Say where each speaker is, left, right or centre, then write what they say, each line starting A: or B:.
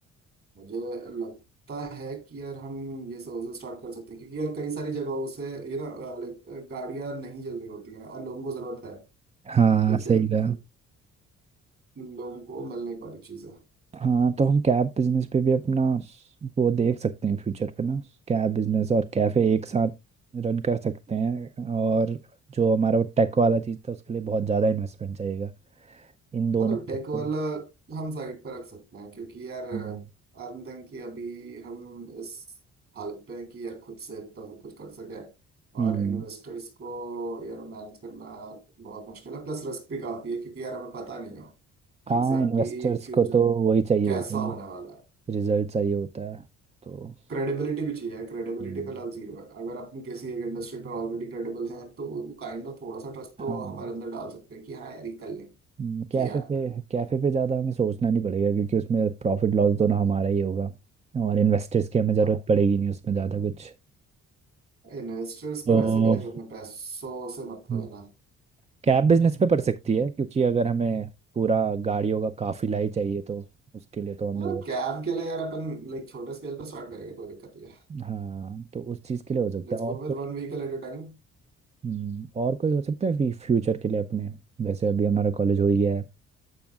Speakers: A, on the right; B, on the right.
A: मुझे लगता है कि यार हम ये सर्विस स्टार्ट कर सकते हैं क्योंकि यार कई सारी जगहों से ये ना लाइक गाड़ियां नहीं चल रही होती हैं और लोगों को जरूरत है
B: हाँ
A: लेकिन
B: सही कहा
A: अ, लोगों को मिल नहीं पा रही चीज़ें
B: हाँ तो हम कैब बिजनेस पे भी अपना वो देख सकते हैं फ्यूचर पे ना कैब बिजनेस और कैफे एक साथ रन कर सकते हैं और जो हमारा वो टेक वाला चीज़ था उसके लिए बहुत ज़्यादा इन्वेस्टमेंट चाहिएगा इन दोनों
A: हाँ तो
B: पे
A: टेक
B: तो
A: वाला हम साइड पर रख सकते हैं क्योंकि यार आई
B: हम्म,
A: डोंट थिंक कि अभी हम इस हालत पे हैं कि यार खुद से इतना सब कुछ कर सके
B: हम्म
A: और इन्वेस्टर्स को यार मैनेज करना बहुत मुश्किल है प्लस रिस्क भी काफी है क्योंकि यार हमें पता नहीं है
B: हाँ
A: कि एग्जैक्टली
B: इन्वेस्टर्स
A: exactly फ्यूचर
B: को तो वही चाहिए
A: कैसा
B: होते हैं
A: होने वाला है
B: रिजल्ट चाहिए होता है तो
A: क्रेडिबिलिटी भी चाहिए क्रेडिबिलिटी
B: हम्म।
A: फिलहाल जीरो है अगर अपन किसी एक इंडस्ट्री पर ऑलरेडी क्रेडिबल हैं तो काइंड ऑफ थोड़ा सा ट्रस्ट तो
B: हाँ
A: हमारे अंदर डाल सकते हैं कि हाँ यार ये कर लेंगे
B: हम्म, कैफे
A: किया
B: पे
A: है
B: कैफे पे ज़्यादा हमें सोचना नहीं पड़ेगा क्योंकि उसमें प्रॉफिट लॉस दोनों हमारा ही होगा और इन्वेस्टर्स की हमें ज़रूरत
A: हाँ
B: पड़ेगी नहीं उसमें ज़्यादा कुछ
A: इन्वेस्टर्स
B: तो
A: को वैसे भी लाइक अपने पैसों से मतलब
B: हम्म,
A: है ना
B: कैब बिजनेस पे पड़ सकती है क्योंकि अगर हमें पूरा गाड़ियों का काफिला ही चाहिए तो उसके लिए तो हमें
A: हाँ
B: वो
A: कैब के लिए यार अपन लाइक छोटे स्केल पर स्टार्ट करेंगे कोई दिक्कत नहीं है
B: हाँ तो उस चीज़ के लिए हो सकता
A: Let's
B: है और
A: go with
B: कोई
A: one vehicle at a time
B: हम्म, और कोई हो सकता है फ्यूचर के लिए अपने जैसे अभी हमारा कॉलेज हो ही गया है